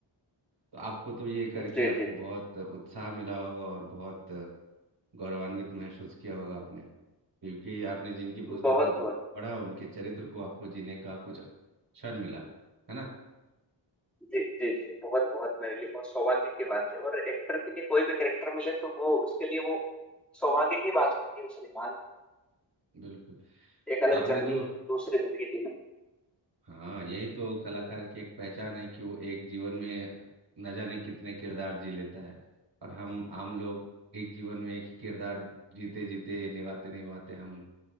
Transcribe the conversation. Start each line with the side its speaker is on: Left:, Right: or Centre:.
Right: तो आपको तो ये करके
Centre: जी
Right: आपको
Centre: जी जी
Right: बहुत उत्साह मिला होगा और बहुत गौरवान्वित महसूस किया होगा आपने क्योंकि आपने जिनकी पुस्तकों
Centre: बहुत
Right: को
Centre: बहुत
Right: पढ़ा उनके चरित्र को आपको जीने का कुछ क्षण मिला है ना
Centre: जी जी जी बहुत बहुत मेरे लिए बहुत सौभाग्य की बात है और एक्टर के लिए कोई भी कैरेक्टर मिले तो वो उसके लिए वो सौभाग्य की बात होती है उसे निभाना
Right: बिल्कुल
Centre: एक अलग
Right: आपने
Centre: जर्नी
Right: जो
Centre: दूसरी जिंदगी जीना
Right: हाँ यही तो कलाकार की एक पहचान है कि वो एक जीवन में न जाने कितने किरदार जी लेता है और हम आम लोग एक जीवन में एक ही किरदार जीते जीते निभाते निभाते हम